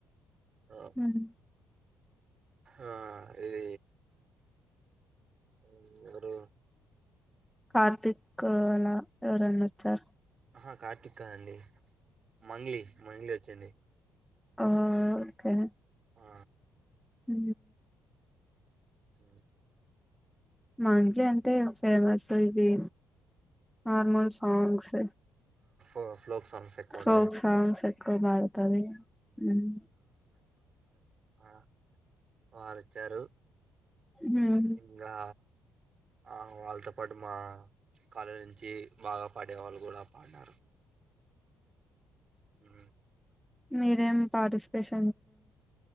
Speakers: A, on the right; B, in the centre.
A: ఆ
B: మ్మ్
A: ఆ ఇది అ
B: కార్తిక్ అలా ఎవరన్నా వచ్చారు.
A: అహా కార్తిక్ ఇకా అండి మంగ్లీ మంగ్లీ వచ్చింది.
B: ఆకే
A: ఆ
B: హ
A: అ
B: మంచి అంటే ఫేమస్ ఇది నార్మల్ సాంగ్స్
A: ఓ ఫోక్ సాంగ్స్ ఎక్కుఉంటాయి
B: ఫోక్ సాంగ్స్ ఎక్కువ పాడుతది మ్మ్
A: అ <inaudible> మార్చారు.
B: మ్మ్
A: ఇంకా ఆ వాళ్ళతో పాటు మా కాలేజీ నుంచి బాగా పాడే వాళ్ళు గుడా పాడినారు ఉమ్.
B: మీరేం పార్టిస్పేషన్